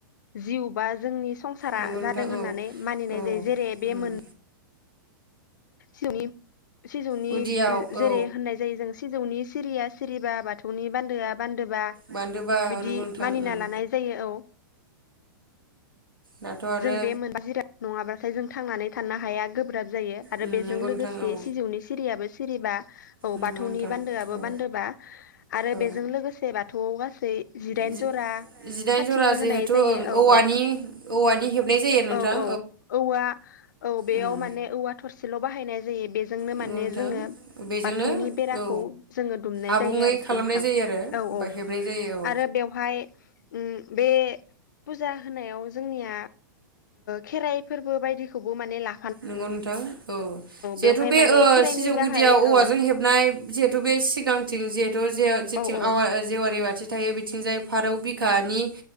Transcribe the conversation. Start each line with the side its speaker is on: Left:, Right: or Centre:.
Left: जिउ बा जोंनि संसारा
Right: नंगौ नोंथां
Left: जादों होननानै
Right: औ
Left: मानिनाय
Right: औ
Left: दे बे
Right: उम
Left: मोन सिनि सिजौनि
Right: गुदियाव
Left: जेरै
Right: औ
Left: होननाय जायो जों सिजौनि। सिरिया सिरिबा बाथौनि बान्दोआ बोन्दोबा
Right: बान्दोबा
Left: बिदि
Right: नंगौ नोंथां
Left: मानिना
Right: उम
Left: लानाय जायो औ।
Right: दाथ' आरो
Left: जों बे मोनबा जिराद नङाला हाथायजों थांनानै थानो हाया गोब्राब जायो आरो
Right: उम
Left: बेजों
Right: नंगौ नोंथां
Left: लोगोसे
Right: औ
Left: सिजौनि सिरियाबो सिरिबा औ
Right: नंगौ
Left: बाथौनि
Right: नोंथां
Left: बान्दोआबो
Right: औ
Left: बान्दोबा आरो
Right: औ
Left: बेजों लोगोसे बाथौआव गासै जिदाइन
Right: जि
Left: जरा
Right: जिदाइन
Left: खाथि
Right: जरा जिहेथु
Left: होनाय जायो
Right: ओं
Left: औ
Right: औवानि
Left: औ।
Right: औवानि हेबनाय जायो नोंथां
Left: औ औ औवा औ बेयाव
Right: उम
Left: माने औवा थर ल' बाहायनाय जायो बेजों। जोंनो
Right: नंगौ
Left: माने
Right: नोंथां
Left: जोङो
Right: बेजोंनो
Left: बाथौनि बेराखौ
Right: औ
Left: जोङो दुमनाय
Right: आबुङै
Left: जायो आरोखि
Right: खालामनाय
Left: नोंथां
Right: जायो आरो
Left: औ
Right: ओमफ्राय
Left: औ
Right: हेबनाय जायो औ
Left: आरो बेवहाय ओम बे फुजा होनायाव जोंनिया खेराइ फोरबो बायदिखौबो ला
Right: नंगौ नोंथां औ जिहेथु
Left: बेवहाय
Right: बे
Left: माने
Right: ओ
Left: खेराइनि
Right: सिजौ
Left: गाहाय
Right: गुदियाव औवाजों
Left: औ
Right: हेबनाय जिहेतु बे सिगांथिं जे जो ओ जेथिं
Left: औ औ
Right: आवा जेवारि बाथि थायो बिथिंजाय फाराव बिखानि